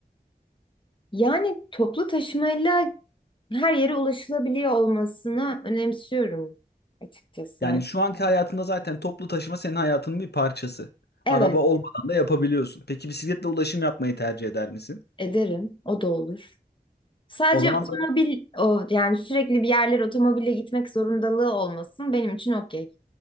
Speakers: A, on the left; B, on the left.
A: Yani toplu taşımayla her yere ulaşılabiliyor olmasını önemsiyorum açıkçası.
B: Yani
A: Yani
B: şu anki hayatında zaten toplu taşıma senin hayatının bir parçası.
A: evet
B: Araba olmadan da yapabiliyorsun. Peki bisikletle ulaşım yapmayı tercih eder misin?
A: ederim. O da olur. Sadece
B: O zaman
A: otomobil o yani sürekli bir yerlere otomobille gitmek zorundalığı olmasın benim için okey.